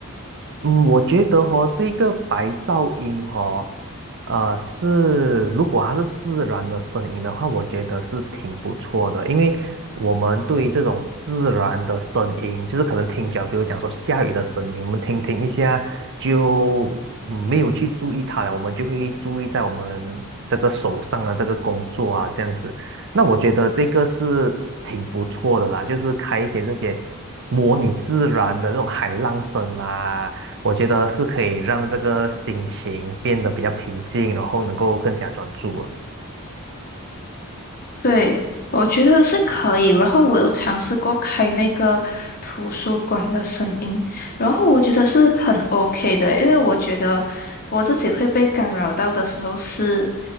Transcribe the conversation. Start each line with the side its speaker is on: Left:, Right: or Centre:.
Right: 嗯，我觉得哈，这个白噪音哈，呃，是如果它是自然的声音的话，我觉得是挺不错的，因为我们对于这种自然的声音，就是可能听久了比如讲说下雨的声音，我们听听一下就嗯没有去注意它了，我们就会注意在我们这个手上的这个工作啊，这样子。那我觉得这个是挺不错的啦，就是开一些这些模拟自然的这种海浪声啦。我觉得是可以让这个心情变得比较平静，然后能够更加专注了。
Left: 对，我觉得是可以。然后我有尝试过开那个图书馆的声音，然后我觉得是很 OK 的，因为我觉得我自己会被干扰到的时候是